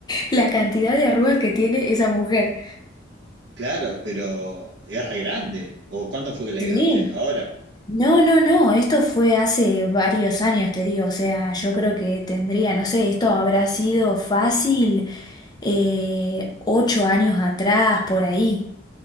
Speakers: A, on the left; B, on the right.
A: la cantidad de arrugas que tiene esa mujer.
B: Claro, pero es re grande. ¿O cuándo fue que la
A: Sí.
B: dieron ustedes? Ahora.
A: No, no, no, esto fue hace varios años, te digo, o sea, yo creo que tendría, no sé, esto habrá sido fácil eh, ocho años atrás, por ahí.